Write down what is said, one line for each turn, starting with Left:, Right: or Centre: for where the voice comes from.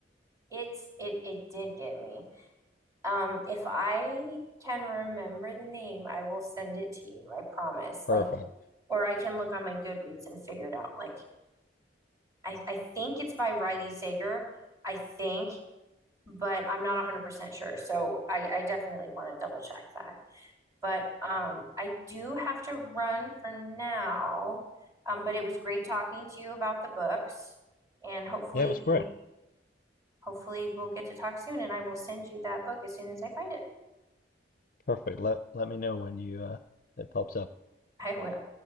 Right: It's it it did get me. Um, if I can remember the name, I will send it to you. I promise.
Left: Perfect.
Right: Like, or I can look on my Goodreads and figure it out. Like, I, I think it's by Riley Sager. I think, but I'm not 100% sure. So I, I definitely want to double check that. But um, I do have to run for now. Um, but it was great talking to you about the books, and hopefully,
Left: Yeah, it was great.
Right: hopefully we'll get to talk soon. And I will send you that book as soon as I find it.
Left: Perfect. Let let me know when you uh it pops up.
Right: I will.